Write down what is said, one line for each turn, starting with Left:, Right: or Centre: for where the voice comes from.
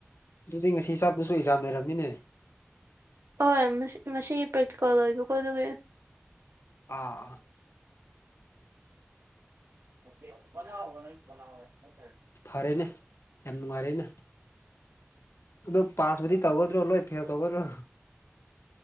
Left: ꯑꯗꯨꯗꯤ ꯉꯁꯤ ꯆꯥꯞꯄꯁꯨ ꯑꯦꯛꯖꯥꯝ ꯂꯩꯔꯝꯅꯤꯅꯦ
Right: ꯍꯣꯏ ꯃꯁꯤ ꯉꯁꯤ ꯄ꯭ꯔꯦꯛꯇꯤꯀꯜ ꯑꯣꯏꯕꯀꯣ ꯑꯗꯨꯒꯤ
Left: ꯑꯥ
Right: <unintelligible>
Left: ꯐꯔꯦꯅꯦ ꯌꯥꯝ ꯅꯨꯡꯉꯥꯏꯔꯦꯅꯦ ꯑꯗꯣ ꯄꯥꯁꯕꯨꯨꯗꯤ ꯇꯧꯒꯗ꯭ꯔꯣ ꯂꯣꯏ ꯐꯦꯜ ꯇꯧꯒꯗ꯭ꯔꯣ